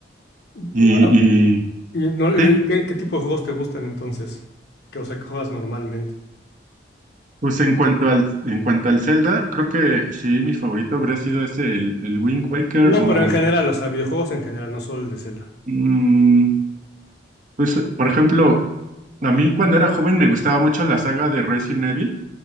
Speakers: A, on the left; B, on the right.
A: Ah,
B: y, y
A: y no, eh,
B: sí.
A: ¿qué, qué tipo de juegos te gustan entonces? Que, o sea, que juegas normalmente.
B: Pues en cuanto al en cuanto al Zelda, creo que sí, mi favorito habría sido ese, el, el Wind Waker
A: No,
B: o
A: pero en general, o sea, videojuegos en general, no solo el de Zelda.
B: mm, pues por ejemplo, A mí cuando era joven me gustaba mucho la saga de Resident Evil,